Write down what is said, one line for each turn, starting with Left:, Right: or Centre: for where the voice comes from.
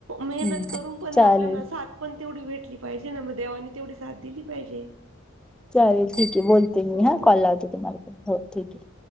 Right: मेहनत
Centre: हम्म
Right: करून पण
Centre: चालेल
Right: आपल्याला सात पण तेवढी भेटली पाहिजे ना मग देवानी तेवढी साथ दिली पाहिजे.
Centre: चालेल ठीक आहे बोलते मी
Right: हो
Centre: हा कॉल लावते तुम्हाला हो ठीक आहे.